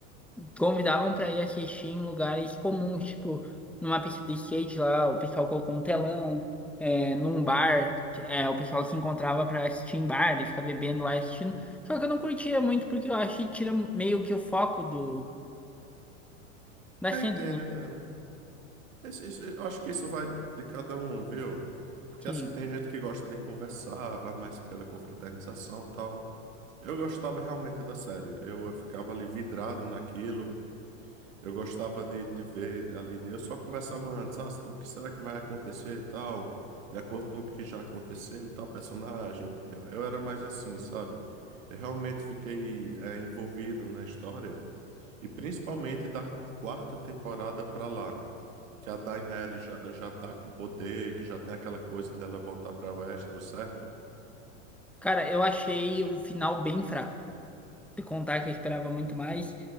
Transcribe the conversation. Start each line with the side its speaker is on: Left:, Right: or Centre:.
Centre: convidavam pra ir assistir em lugares comuns, tipo numa pista de skate lá, o pessoal colocou um telão, é, num bar, é, o pessoal se encontrava pra assistir em bar e ficar bebendo lá e assistindo. Só que eu não curtia muito porque eu acho que tira meio que o foco do da
Right: É,
Centre: cena,
Right: entendo,
Centre: né?
Right: entendo. Esse- esse- eu acho que isso vai de cada um, viu? Porque
Centre: Que,
Right: assim, tem gente que gosta de conversar, vai mais pela confraternização e tal. Eu gostava realmente da série. Eu, eu ficava ali vidrado naquilo. Eu gostava de, de ver de- ali. de- eu só conversava antes, ah, o que será que vai acontecer e tal, de acordo com o que já aconteceu e tal, personagem. Eu, eu era mais assim, sabe? Eu realmente fiquei eh, envolvido na história. E principalmente da quarta temporada pra lá. Que a Daenerys já, já tá com poder, que já tem aquela coisa dela voltar pra Westeros, certo?
Centre: cara, eu achei o final bem fraco. De contar que eu esperava muito mais,